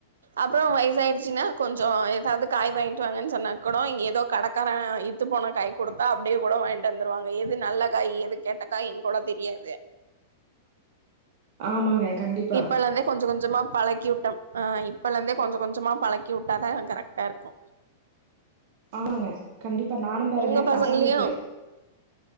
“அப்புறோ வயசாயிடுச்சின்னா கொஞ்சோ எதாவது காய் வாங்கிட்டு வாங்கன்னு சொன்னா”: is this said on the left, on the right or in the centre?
Right